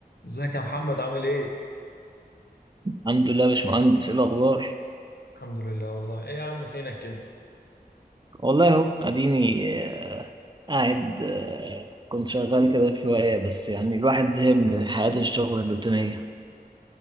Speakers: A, on the left; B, on the right.
A: ازيك يا محمد عامل ايه؟
B: الحمد لله يا باشمهندس ايه الاخبار
A: الحمد لله والله ايه يا عم فينك كده؟
B: والله اهو اديني آه، قاعد آه، كنت شغال كده شويه بس يعني الواحد زهق من حياه الشغل الروتينيه